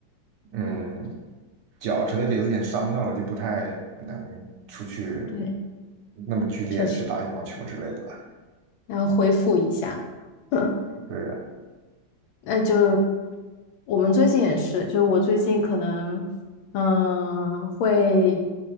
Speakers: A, on the right (about 70°); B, on the left (about 80°).
A: 嗯，脚之类的有点伤到了，就不太能出去
B: 对，
A: 那么剧烈的去打羽毛球之类的吧。
B: 确实，然后恢复一下。<laughs>
A: 对的，
B: 那就我们最近也是，就我最近可能嗯、会